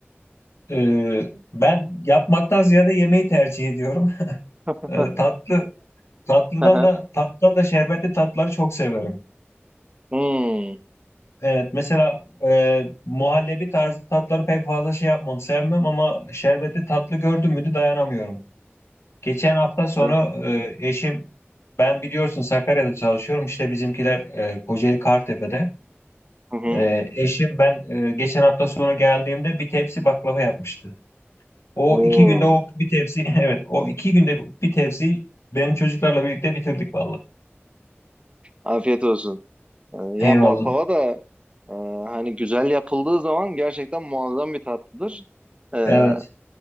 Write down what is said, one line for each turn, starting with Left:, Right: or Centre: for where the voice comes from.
Left: e, ben yapmaktan ziyade yemeği tercih ediyorum. <laughs>
Right: <laughs>
Left: E, tatlı tatlıdan
Right: Hı hı.
Left: da tatlıdan da şerbetli tatları çok severim.
Right: Hmm.
Left: Evet mesela e, muhallebi tarzı tatları pek fazla şey yapmam sevmem ama şerbetli tatlı gördüm müydü dayanamıyorum. Geçen hafta sonu
Right: E,
Left: e, eşim ben biliyorsun Sakarya'da çalışıyorum işte bizimkiler e, Kocaeli Kartepe'de.
Right: Hı hı.
Left: E, eşim ben e, geçen hafta sonu geldiğimde bir tepsi baklava yapmıştı. O
Right: Oo,
Left: iki günde o bir tepsi <laughs> evet o iki günde bir tepsi benim çocuklarla birlikte bitirdik valla.
Right: afiyet olsun. Ee, Ya
Left: Eyvallah.
Right: baklava da Ee, hani güzel yapıldığı zaman gerçekten muazzam bir tatlıdır. Ee,
Left: Evet.